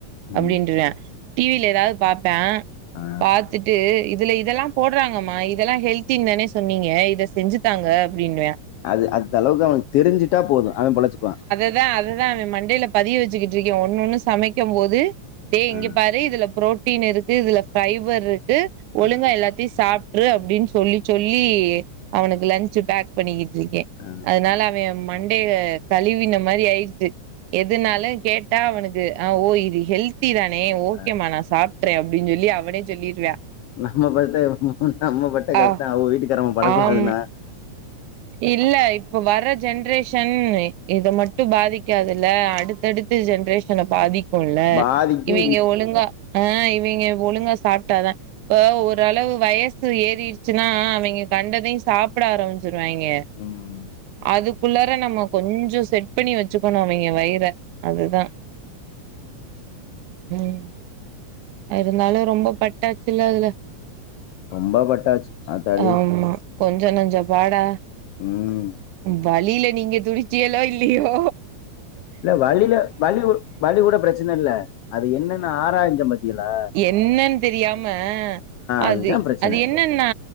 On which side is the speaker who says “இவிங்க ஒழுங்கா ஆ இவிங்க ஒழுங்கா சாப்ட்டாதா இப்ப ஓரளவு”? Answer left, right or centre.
Right